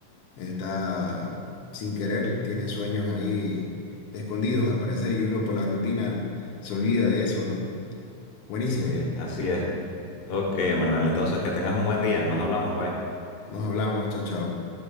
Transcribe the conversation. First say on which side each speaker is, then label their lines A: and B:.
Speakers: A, on the left (about 85°); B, on the left (about 65°).
A: está sin querer, tiene sueños ahí escondidos al parecer y uno por la rutina se olvida de eso, ¿no? Buenísimo.
B: Sí, así es. Ok, Emanuel, entonces que tengas un buen día. Nos hablamos, bye.
A: Nos hablamos, chao, chao.